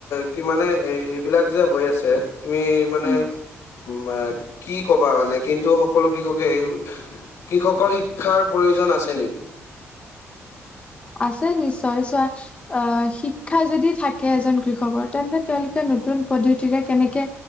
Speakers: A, on the left (about 80°); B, on the left (about 25°).
A: কি মানে এই-এইবিলাক যে হৈ আছে তুমি মানে,
B: উম।
A: উম কি ক'বা মানে? কিন্তু সকলো কৃষকে এই, কৃষকৰ শিক্ষাৰ প্ৰয়োজন আছে নি?
B: <inaudible> আছে নিশ্চয়। চোৱা, আ শিক্ষা যদি থাকে এজন কৃষকৰ, তেন্তে তেওঁলোকে নতুন নতুন পদ্ধতিৰে কেনেকে